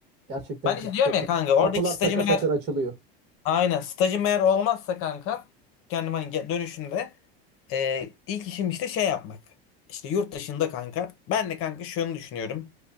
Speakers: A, on the right (about 35°); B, on the left (about 45°).
A: Gerçekten
B: Ben
A: kap-
B: işte diyorum
A: ka-
B: ya
A: ka-
B: kanka oradaki
A: kapılar
B: stajım
A: takır takır
B: eğer
A: açılıyor.
B: aynen stajım eğer olmazsa kanka kendim hani ge- dönüşünde e, ilk işim işte şey yapmak. İşte yurt dışında kanka. Ben de kanka şunu düşünüyorum.